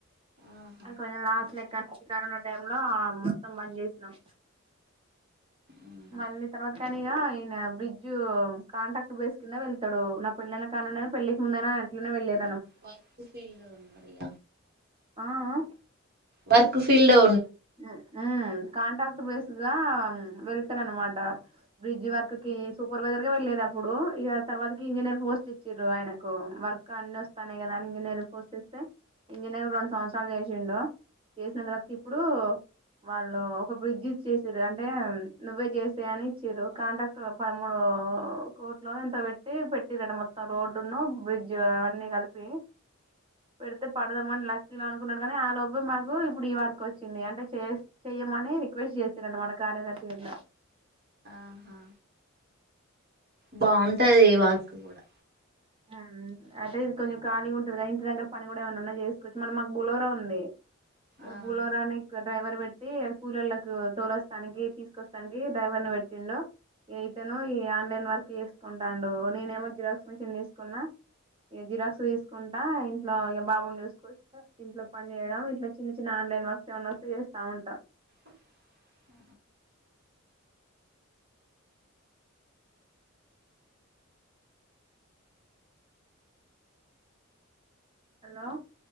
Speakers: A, on the right (about 45°); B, on the right (about 25°).
A: ఆహా
B: అది కొంచెం లాస్ట్ లెక్కని కరోనా టైమ్ లో మొత్తం బంద్ చేసినాం
A: ఉమ్.
B: మళ్ళీ తర్వాత కానీ ఈయన బ్రిడ్జ్ బ్రిడ్జు కాంట్రాక్ట్ బేస్ కింద వెళ్తాడు నా పెళనా కానుండైనా పెళ్లికి ముందైనా అట్లనే వెళ్లేది
A: వర్క్ ఫీల్డ్ లో ఉన్నడిగ
B: ఆ ఆ
A: వర్క్ ఫీల్డ్ లో
B: ఊ ఊ కాంట్రాక్ట్ బేస్గా వెళ్తాడనమాట బ్రిడ్జ్ వర్క్ కి సూపర్ వైజర్ ఇగ వెళ్లేదు అప్పుడు ఇగ తర్వాత కి ఇంజనీర్ పోస్ట్ ఇచ్చిరు ఆయనకు వర్క్ అన్ని వస్తా కదా ఇంజనీర్ గ పోస్ట్ ఇస్తే ఇంజనీర్ రెండు సంవత్సరాలు చేసిండు చేసినందరకు ఇప్పుడు వాళ్ళు ఒక బ్రిడ్జ్ ఇచ్చేసిరు అంటే నువ్వే చేసెయ్ అని ఇచ్చిరు కాంట్రాక్టర్ పదమూడు ఓ కోట్లో ఎంతో పెట్టి పెట్టిరట మొత్తం రోడ్డును బ్రిడ్జ్ అవన్నీ కలిపి పెడితే పడదామని లక్కీలు అనుకున్నాడు కానీ ఆ లోపె మాకు ఇప్పుడు ఈ వర్కు వచ్చింది చింది అంటే చెస్ చెయ్యమని రిక్వెస్ట్ చేసిరనమాట కార్యదర్శి గిట్ల
A: ఆహా బాగుంటది వర్కు కూడా
B: ఊ అయితే ఇది కొంచెం ఖాళీ ఉంటది కదా ఇంటి దగ్గర పని కూడా ఏమన ఉన్నా చేసుకోవచ్చు మరి మాకు బులోరా ఉంది ఇగ
A: ఆహా
B: బులోరా నికర్ డ్రైవర్ పెట్టి కూలలకు దోలస్తానికి తీసుకొస్తానికి డ్రైవర్ ని పెట్టిండు ఈ ఇతను ఈ ఆన్లైన్ వర్క్ చేసుకుంటడు నేనేమో జిరాక్స్ మిషిన్ తీసుకున్నా ఇక జిరాక్స్ తీసుకుంటా ఇంట్లో ఇగ బాబును చూసుకో ఇంట్లో పని చేయడం ఇట్ల చిన్న చిన్న వర్క్స్ ఏమనా వస్తే చేస్తా ఉంటా
A: <unintelligible>
B: హలో